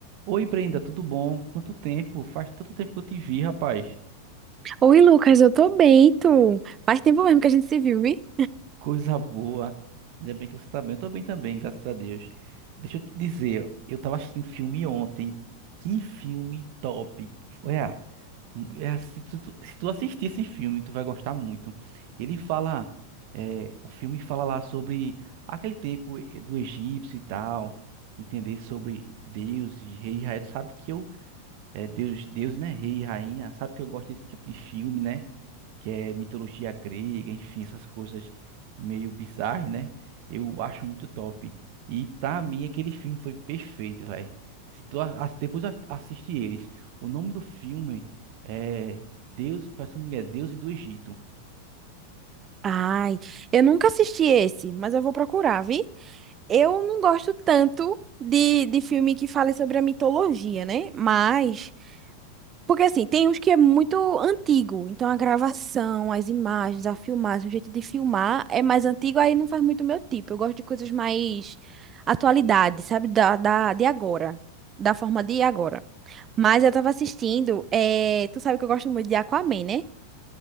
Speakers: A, on the right; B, on the right.
A: Oi, Brenda, tudo bom? Quanto tempo? Faz tanto tempo que eu te vi, rapaz.
B: Oi, Lucas, eu tô bem, e tu? Faz tempo mesmo que a gente se viu, vi?
A: Coisa boa. Ainda bem que você tá bem. Eu tô bem também, graças a Deus. Deixa eu te dizer, eu tava assistindo um filme ontem. Que filme top. Olha, é, se tu, tu- se tu assistir esse filme, tu vai gostar muito. Ele fala, é, o filme fala lá sobre aquele tempo eh, do egípcio e tal, entender sobre Deus e rei e rainha. Tu sabe que eu, é, Deus, Deus, né? Rei e rainha. Sabe que eu gosto desse tipo de filme, né? que é mitologia grega, enfim, essas coisas meio bizarras, né? Eu acho muito top. E pra mim aquele filme foi perfeito, velho. Se tu a- a- depois a- assiste eles, o nome do filme é Deus, parece que o é Deus e do Egito.
B: Ai, eu nunca assisti esse, mas eu vou procurar, vi? Eu não gosto tanto de, de filme que fale sobre a mitologia, né? Mas, porque assim, tem uns que é muito antigo, então a gravação, as imagens, a filmagem, o jeito de filmar é mais antigo, aí não faz muito meu tipo. Eu gosto de coisas mais atualidade, sabe? Da, da, de agora, da forma de agora. Mas eu tava assistindo, é... tu sabe que eu gosto muito de Aquaman, né?